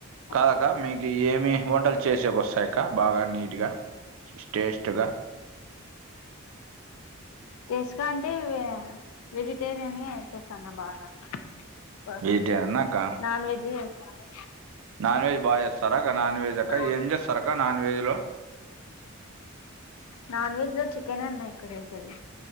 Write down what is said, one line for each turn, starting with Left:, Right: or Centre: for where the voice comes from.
Left: అలా
Right: కాదక్కా మీ కి ఏమి వంటలు చేసేకి వస్తాయి అక్క బాగా నీట్‌గా స్టేస్ట్‌గా
Left: టేస్ట్‌గా అంటే వెజిటేరియన్ అయి చేస్తా అన్న బాగా ప
Right: వెజిటేరియన్ అక్క
Left: నాన్ వెజ్ చే బాగా
Right: నాన్ వెెజ్ బాగా చేస్తారా అక్క నాన్ వెెజ్ అక్క
Left: నా-
Right: ఏం చేస్తారు అక్క నాన్ వెజ్లో
Left: నాన్ వెజ్‌లో చికెన్ అన్నా ఎక్కువ చేసేది